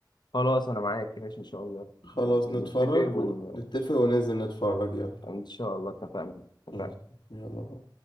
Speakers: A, on the left (about 65°); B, on the left (about 80°).
A: خلاص انا معاك ماشي ان شاء الله
B: خلاص نتفرج
A: نتفق ون...
B: ونتفق وننزل نتفرج يلا
A: ان شاء الله اتفقنا اتفقنا
B: مم. يلا بقى